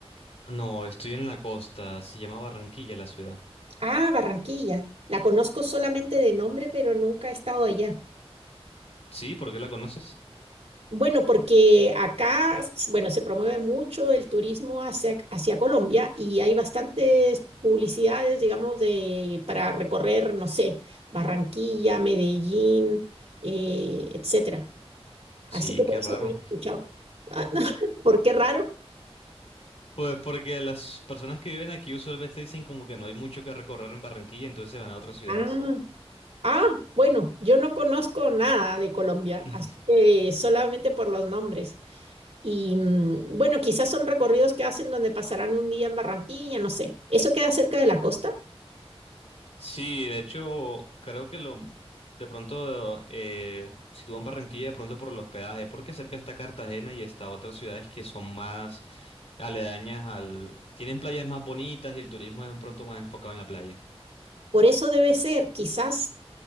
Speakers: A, on the left; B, on the right.
A: No, estoy en la costa, se llama Barranquilla la ciudad.
B: Ah, Barranquilla. La conozco solamente de nombre, pero nunca he estado allá.
A: Sí, ¿por qué la conoces?
B: Bueno, porque acá, s- bueno, se promueve mucho el turismo hacia, hacia Colombia y hay bastantes publicidades, digamos, de, para recorrer, no sé, Barranquilla, Medellín, eh, etcétera.
A: Sí,
B: Así que por
A: qué
B: eso
A: raro.
B: te había escuchado. Ah, <laughs> ¿por qué raro?
A: Pues porque las personas que viven aquí usualmente dicen como que no hay mucho que recorrer en Barranquilla, entonces se van a otras ciudades.
B: Ah, ah, bueno, yo no conozco nada de Colombia,
A: <laughs>
B: así que solamente por los nombres. Y mm, bueno, quizás son recorridos que hacen donde pasarán un día en Barranquilla, no sé. ¿Eso queda cerca de la costa?
A: Sí, de hecho, creo que lo de pronto, eh, si tú vas a Barranquilla, de pronto por el hospedaje, porque cerca está Cartagena y está otras ciudades que son más aledañas al... tienen playas más bonitas y el turismo es de pronto más enfocado en la playa.
B: Por eso debe ser, quizás